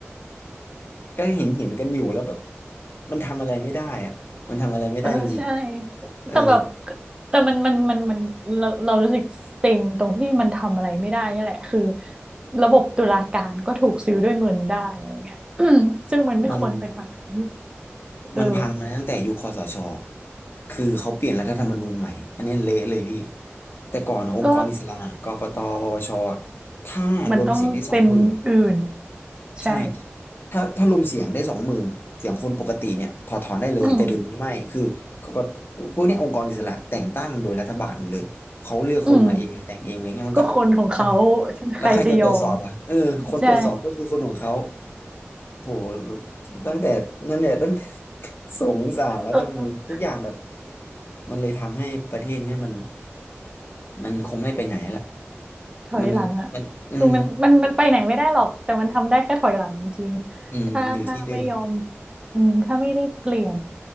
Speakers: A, on the left; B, on the right.
A: ก็เห็นเห็นกันอยู่แล้วแบบมันทำอะไรไม่ได้อะมันทำอะไรไม่ได้จริง
B: เออใช่
A: ๆเออ
B: แต่แบบแต่มันมันมันมันเราเรารู้สึกเซ็งตรงที่มันทำอะไรไม่ได้นี่แหละคือระบบตุลาการก็ถูกซื้อด้วยเงินได้อะไรเงี้ย <clears throat> ซึ่งมันไม่ควรเป็นแบบนั้น
A: มัน
B: เออ
A: มันพังมาตั้งแต่ยุคคสชคือเขาเปลี่ยนรัฐธรรมนูญใหม่อันนี้เละเลยพี่แต่ก่อนอะองค์กรอิสระกกตปปชอะถ้ารวมเสียงได้สองหมื่น
B: ก็มันต้องเป็นอื่นใช่
A: ใช่ถ้าถ้ารวมเสียงได้สองหมื่นเสียงคนปกติเนี่ยถอดถอนได้เลยแต่เดี๋ยวนี้ไม่คือกกต
B: อืม
A: พวกเนี้ยองค์กรอิสระแต่งตั้งโดยรัฐบาลหมดเลยเขาเลือกคนมาเองแต่งเองอะไรเงี้ยมันก็
B: อืมก็คนของเขา
A: อ้าวแล้วใครจะตรวจสอบอ่ะเออคนตรวจสอบก็คือคนของเขา
B: ใครจะยอมใช่
A: โหตั้งแต่นั่นแหละตั้งแต่ <laughs> สงสารรัฐธรรมนูญทุกอย่างแบบ
B: เออ
A: มันเลยทำให้ประเทศเนี่ยมันมันคงไม่ไปไหนละ
B: ถอยหลังอ่ะ
A: มันมันอืม
B: คือมันมันมันไปไหนไม่ได้หรอกแต่มันทำได้แค่ถอยหลังจริงๆถ้าถ้าไม่ยอม
A: อืมอยู่ที่เดิม
B: อืมถ้าไม่ได้เปลี่ยนอะ